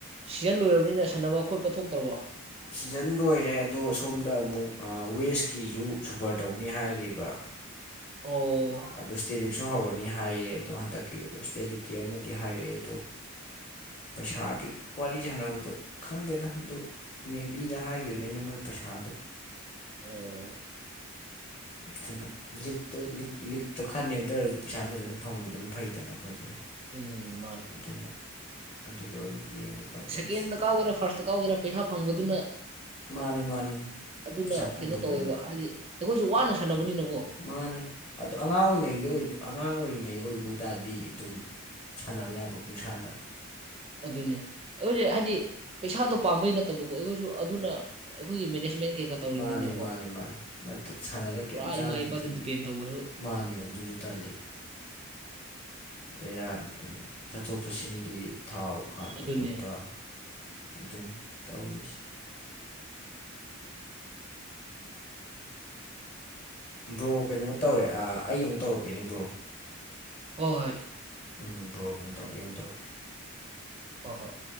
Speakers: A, on the right (about 25°); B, on the left (about 30°).
A: ꯁꯤꯖꯟ ꯂꯣꯏꯔꯕꯅꯤꯅ ꯁꯥꯟꯅꯕ ꯈꯣꯠꯄ ꯊꯣꯛꯇ꯭ꯔꯕꯣ
B: ꯁꯤꯖꯟ ꯂꯣꯏꯔꯦ ꯑꯗꯣ ꯁꯣꯝꯗ ꯑꯃꯨꯛ ꯋꯦꯁꯀꯤꯖ ꯁꯨꯄꯔ ꯇꯧꯅꯤ ꯍꯥꯏꯔꯤꯕ
A: ꯑꯣ
B: ꯑꯗꯣ ꯁ꯭ꯇꯦꯂꯤꯛꯁꯨ ꯍꯧꯔꯅꯤ ꯍꯥꯏꯌꯦ ꯑꯗꯣ ꯍꯟꯗꯛꯀꯤ ꯑꯗꯣ ꯁ꯭ꯇꯦꯂꯤꯛꯀꯤ ꯑꯃꯗꯤ ꯍꯥꯏꯔꯛꯑꯦ ꯑꯗꯣ ꯄꯩꯁꯥꯒꯤ ꯋꯥꯔꯤ ꯁꯥꯟꯅꯕꯗꯨ ꯈꯪꯗꯦꯗ ꯑꯗꯨ ꯃꯦ ꯕꯤꯗ ꯍꯥꯏꯈꯤꯕꯅꯤꯅ ꯃꯣꯏ ꯄꯩꯁꯥꯗꯣ
A: ꯑꯣ
B: ꯇꯅ ꯂꯤꯛꯇ ꯂꯤ ꯂꯤꯛꯇꯣ ꯈꯟ ꯅꯝꯇꯔꯁꯨ ꯄꯩꯁꯥ ꯐꯖꯅ ꯐꯪꯕꯗ ꯑꯗꯨꯝ ꯐꯩꯗꯅ ꯑꯩꯈꯣꯏꯗꯤ
A: ꯎꯝ ꯃꯥꯅꯦ
B: ꯑꯗꯨꯅ ꯑꯗꯨꯗ ꯑꯣꯏꯅ ꯌꯦꯡꯉꯦ ꯎꯄꯥꯏ ꯂꯩꯇꯦ
A: ꯁꯦꯀꯦꯟꯗ ꯀꯥꯎꯒꯦꯔꯥ ꯐꯥꯔꯁꯇ ꯀꯥꯎꯒꯦꯔꯥ ꯄꯩꯁꯥ ꯐꯪꯕꯗꯨꯅ
B: ꯃꯥꯅꯤ ꯃꯥꯅꯤ
A: ꯑꯗꯨꯅ
B: ꯄꯩꯁꯥ ꯐꯪꯕꯗꯨꯅ
A: ꯀꯩꯅꯣ ꯇꯧꯋꯦꯕ ꯍꯥꯏꯗꯤ ꯑꯩꯈꯣꯏꯁꯨ ꯋꯥꯅ ꯁꯥꯟꯅꯕꯅꯤꯅꯀꯣ
B: ꯃꯥꯅꯦ ꯑꯗꯣ ꯑꯉꯥꯡ ꯑꯣꯏꯔꯤꯉꯩꯗ ꯑꯉꯥꯡ ꯑꯣꯏꯔꯤꯉꯩ ꯑꯣꯏꯕ ꯑꯣꯏꯇꯥꯔꯗꯤ ꯑꯗꯨꯝ ꯁꯥꯟꯅꯕ ꯌꯥꯕ ꯄꯨꯡꯁꯥꯗ
A: ꯑꯗꯨꯅꯦ ꯑꯩꯈꯣꯏꯁꯦ ꯍꯥꯏꯗꯤ ꯄꯩꯁꯥꯗꯣ ꯄꯥꯝꯕꯩ ꯅꯠꯇꯕꯀꯣ ꯑꯩꯈꯣꯏꯁꯨ ꯑꯗꯨꯅ ꯑꯩꯈꯣꯏꯒꯤ ꯃꯦꯅꯦꯖꯃꯦꯟ ꯀꯩꯀꯥ ꯇꯧꯔꯤꯅꯤꯅꯀꯣ
B: ꯃꯥꯅꯤ ꯃꯥꯅꯤ ꯃꯥꯅꯤ ꯁꯥꯟꯅꯔ ꯀꯩꯝ
A: ꯄꯨꯔꯥ
B: ꯆꯥꯗꯗꯤ
A: ꯏꯃꯥ ꯏꯄꯥꯗ ꯗꯤꯄꯦꯟ ꯇꯧꯕꯁꯨ
B: ꯃꯥꯅꯤ ꯑꯗꯨꯁꯨ ꯇꯜꯂꯤ ꯕꯦꯔꯥꯅꯤꯗꯨꯅ ꯆꯠꯊꯣꯛ ꯆꯠꯁꯤꯟꯒꯤ ꯊꯥꯎ ꯍꯥꯟꯕ
A: ꯑꯗꯨꯅꯦ
B: ꯈꯣꯠꯄ ꯗꯨꯜ ꯇꯧꯁ ꯕ꯭ꯔꯣ ꯀꯩꯅꯣ ꯇꯧꯔꯦ ꯑꯩ ꯑꯃꯨꯛ ꯇꯧꯔꯛꯀꯦꯅꯦ ꯕ꯭ꯔꯣ
A: ꯍꯣꯏ ꯍꯣꯏ
B: ꯎ ꯕ꯭ꯔꯣ ꯀꯩꯅꯣ ꯇꯧꯔꯛ ꯑꯩ ꯑꯃꯨ ꯇꯧꯔꯀꯦ
A: ꯍ ꯍꯣꯏ